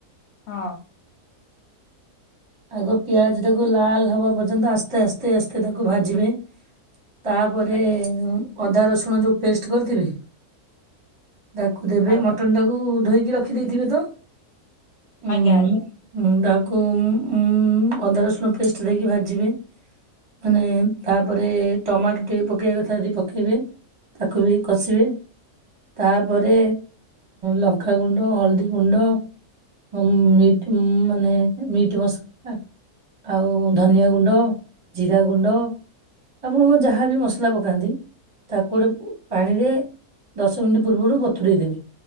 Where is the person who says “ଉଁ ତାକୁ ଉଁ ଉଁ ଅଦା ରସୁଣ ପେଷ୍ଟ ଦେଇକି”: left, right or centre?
Right